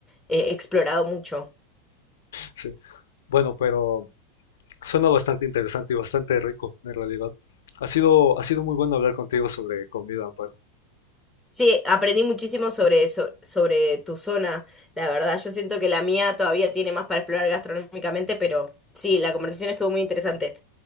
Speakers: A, in the centre; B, on the left (about 85°).
A: eh, explorado mucho.
B: Sí. Bueno, pero suena bastante interesante y bastante rico, en realidad. Ha sido, ha sido muy bueno hablar contigo sobre comida, Amparo.
A: Sí, aprendí muchísimo sobre eso, sobre tu zona, la verdad. Yo siento que la mía todavía tiene más para explorar gastronómicamente, pero sí, la conversación estuvo muy interesante.